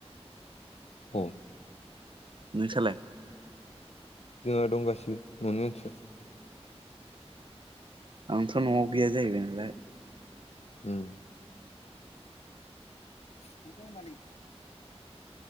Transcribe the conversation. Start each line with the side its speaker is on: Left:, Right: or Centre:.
Left: औ
Right: नोंसाालाय?
Left: जोंहा दं गासिबो न'नि मानसि सिआ
Right: आंथ' न'आव गैया जाहैबाय नालाय
Left: उम मोनथ मानि <unintelligible>